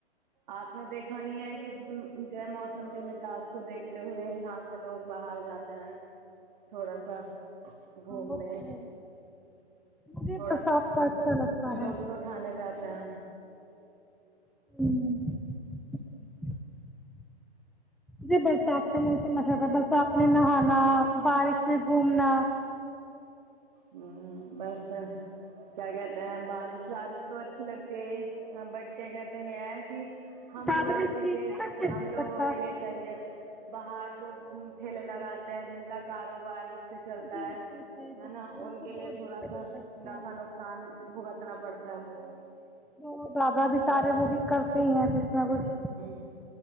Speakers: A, on the right; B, in the centre.
A: آپ نے دیکھا نہیں ہے کہ ج موسم کے مزاج کو دیکھتے ہوئے یہاں سے لوگ باہر جاتے ہیں تھوڑا سا گھومنے
B: وہ تو ہے مجھے
A: تھوڑا
B: برسات
A: لطف
B: کا اچھا لگتا
A: لطف
B: ہے
A: اٹھانے جاتے ہیں
B: ہوں <unintelligible> ج برسات کا موسم اچھا تھا برسات میں نہانا بارش میں گھومنا
A: ہوں بس کیا کہتے ہیں بارش بارش تو اچھی لگتی ہے بٹ کیا کہتے ہیں یہ کہ ہم
B: زیادہ
A: لوگوں
B: میں
A: کے
B: کیچڑ
A: لیے
B: بھی
A: ہم
B: اچھا
A: لوگوں
B: لگتا
A: کے لیے صحیح ہے باہر جو ٹھیلے لگاتے ہیں جن کا کاروباری سے چلتا
B: جی
A: ہے
B: جی جی جی
A: ہے نا
B: جی
A: ان
B: کو
A: کے
B: بہت
A: لیے
B: دقت
A: ایسا
B: ہو جاتی
A: نفع
B: ہے
A: نقصان ہوگا توم پڑتا ہے <unintelligible>
B: وہ دادا بھی سارے
A: بس
B: وہ بھی کرتے ہی ہیں کچھ نہ کچھ
A: ہ